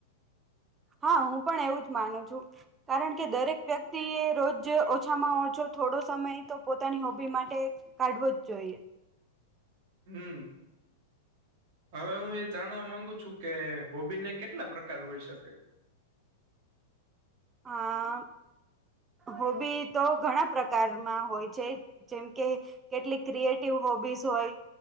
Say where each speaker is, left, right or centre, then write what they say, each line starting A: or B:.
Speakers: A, on the right; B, on the right.
A: હા હું પણ એવું જ માનું છું. કારણ કે દરેક વ્યક્તિએ રોજ ઓછામાં ઓછો થોડો સમય તો પોતાની હોબી માટે કાઢવો જ જોઈએ.
B: હમ્મ. હવે હું એ જાણવા માંગુ છું કે હોબીને કેટલા પ્રકાર હોય શકે?
A: અહ હોબી તો ઘણા પ્રકારમાં હોય છે. જેમ કે કેટલી ક્રિએટિવ હોબીઝ હોય